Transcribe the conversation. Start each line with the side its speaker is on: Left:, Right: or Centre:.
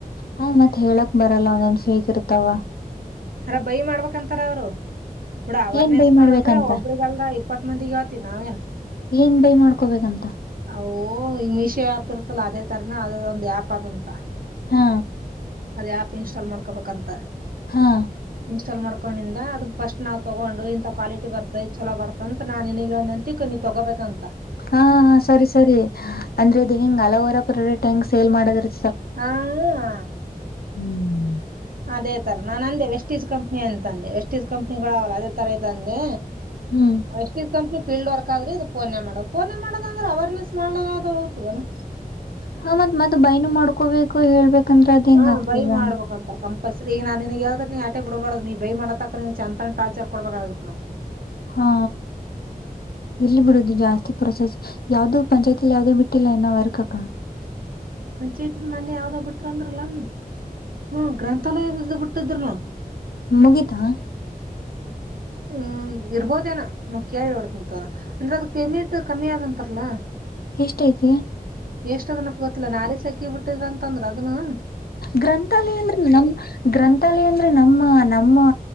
Left: ಹಾ ಮತ್ತ್ ಹೇಳಕ್ ಬರ ಲ್ಲ ಒಂದೊಂದು ಫೇಕ್ ಇರ್ತಾವ.
Right: ಅರ ಬಯ್ ಮಾಡ್ಬೇಕಂತಾರ ಅವ್ರು. ಬಿಡ ಅವೇರ್ನೆಸ್
Left: ಏನ್ ಬೈ ಮಾಡ್ಬೇಕಂತ
Right: ಮಾಡಂದ್ರೆ ಒಬ್ರಗಲ್ದ ಇಪ್ಪತ್ ಮಂದಿಗೆ ಏಳ್ತೀವ್ ನಾವೇನ್
Left: ಏನ್ ಬೈ ಮಾಡ್ಕೋಬೇಕಂತ
Right: ಅವು ಮಿಷ ಆಪರ್ತಲ್ಲ ಅದೇ. ತಾರ್ನಾ ಅದ ಒಂದ್ ಯ್ಯಾಪ ಅದಂತ.
Left: ಆ
Right: ಅದು ಆ್ಯಪ್ ಇನ್ಸ್ಟಾಲ್ ಮಾಡ್ಕೋಬಕಂತ.
Left: ಹಾ
Right: ಇನ್ಸ್ಟಾಲ್ ಮಾಡ್ಕೊಂಡಿಂದ ಅದು ಫಸ್ಟ್ ನಾವು ತೊಗೊಂಡು ಇಂತ ಕ್ವಾಲಿಟಿ ಬರ್ತೆ ಇದು ಚಲ ಬರ್ತ ಅಂತ ನಾನ್ ನಿನಗೆ ಎದ್ನಂತಿ ನೀ ತಗೋಬೇಕ.
Left: ಅಹ್ಹಹ ಸರಿ ಸರಿ ಅಂದ್ರೆ ದಿಂಗ್ ಅಲೋವೇರ ಪ್ರ. <unintelligible> ಸೇಲ್ ಮಾಡದಿರತ್ತ್.
Right: ಹ ಹ.
Left: ಹ್ಮ್
Right: ಅದೇ ತರ ನಾನ್ ಅಂದೆ ವೆಸ್ಟೀಜ್ ಕಂಪ್ನಿ ಅಂತ ಅಂದೆ ವೆಸ್ಟೀಜ್ ಕಂಪ್ನಿಗಳು ಅವಲ್ಲ ಅದೇ ತರ ಇದೆ ಅಂದೆ.
Left: ಹ್ಮ್
Right: ವೆಸ್ಟಿಸ್ ಕಂಪ್ ಫೀಲ್ಡ್ ವರ್ಕ್ ಆದ್ರೆ ಇದು ಪೋನೆ ಮಾಡೋ ಪೋನೆ ಮಾಡೋದ ಅಂದ್ರೆ ಅವೇರ್ನೆಸ್ ಮಾಡಲಾರದ ಹೋಗ್ದಾದೇನ.
Left: ಹಾ ಮತ್ ಮತ್ತ ಬೈನು ಮಾಡ್ಕೋಬೇಕು ಹೇಳ್ಬೇಕ್. ಕಂದ್ರ ಅದೆಂಗ್
Right: ಹಾ
Left: ಅಕ್ತಿಯ.
Right: ಬೈ ಮಾಡ್ಬೇಕಂತಾರ ಕಂಪಲ್ಸರಿ ಈಗ ನಾ ನಿನಗೆವ್ದ್ರ ನೀ ಆಟೆ ಬಿಡಬಾರ್ದ ನೀ ಬೈ ಮಾಡೋತಕ ನೀ ಚಂತನ ಟಾರ್ಚರ್ ಕೊಡ್ಬೇಕಾಗುತ್ತ ನಾ.
Left: ಹಾ ಇರ್ಲ್ಲಿ ಬಿಡುದು ಜಾಸ್ತಿ. ಪ್ರೊಸೆಸ್ ಯಾವ್ದು ಪಂಚಾಯತಿಲಿ ಯಾವ್ದು ಬಿಟ್ಟಿಲ್ಲ ಇನ್ನು ವರ್ಕ್ ಅಕ್ಕ.
Right: ಪಂಚಾಯತಿದು ಮನ್ನೆ ಯಾವ್ದ ಬಿಟ್ರಂದ್ರಲ್ಲನ್ ಹ್ಮ ಗ್ರಂಥಾಲಯದ್ದ ಬಿಟ್ಟಿದ್ರನು.
Left: ಮುಗಿತಾ.
Right: ಹ್ಮ್ ಇರ್ಬೋದೇನ ನಾವ ಕೇಳಿ ಹೊಡ್ತಂತರ ಅಂದ್ರೆ ಅದ ಪೇಮೆಂಟ್ ಕಮ್ಮಿ ಆದಂತಾರಲ್ಲಾ.
Left: ಎಷ್ಟ ಆಯ್ತೆ.
Right: ಎಷ್ಟ ಅದನಪ್ಪ ಗೊತ್ತಿಲ್ಲಾ ನಾರಿ ಸಕಿ ಬಿಟ್ಟಿದ್ರ ಅಂತ ಅಂದ್ರ ಅದನು.
Left: ಗ್ರಂಥಾಲಯ ಅಂದ್ರೆ ನಮ್ಮ ಗ್ರಂಥಾಲಯ ಅಂದ್ರೆ ನಮ್ಮ ನಮ್ಮ